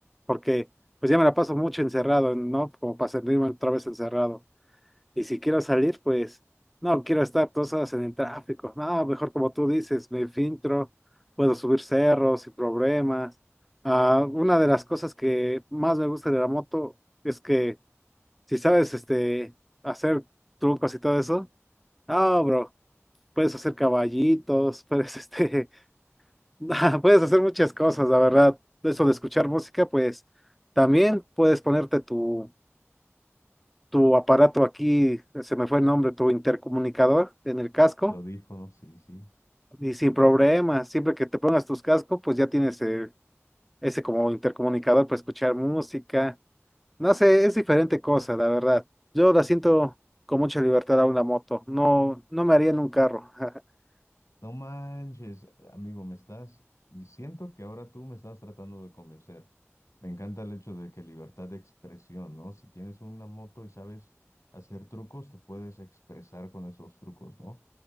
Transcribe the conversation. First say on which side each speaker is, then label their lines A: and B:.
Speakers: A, in the centre; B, on the left.
A: porque pues ya me la paso mucho encerrado, ¿no? Como para sentirme otra vez encerrado. Y si quiero salir, pues no quiero estar dos horas en el tráfico. No, mejor como tú dices, me filtro, puedo subir cerros sin problemas. Ah, una de las cosas que más me gusta de la moto es que si sabes este, hacer trucos y todo eso, ah, bro, puedes hacer caballitos, puedes, este, <laughs> puedes hacer muchas cosas, la verdad. Eso de escuchar música, pues también puedes ponerte tu tu aparato aquí, se me fue el nombre, tu intercomunicador en el casco
B: Los audífonos, sí, sí.
A: y sin problema, siempre que te pongas tus cascos, pues ya tienes eh, ese como intercomunicador para escuchar música. No sé, es diferente cosa, la verdad. Yo la siento con mucha libertad a una moto, no, no me haría en un carro. <laughs>
B: No manches, amigo, me estás, y siento que ahora tú me estás tratando de convencer. Me encanta el hecho de que libertad de expresión, ¿no? Si tienes una moto y sabes hacer trucos, te puedes expresar con esos trucos, ¿no?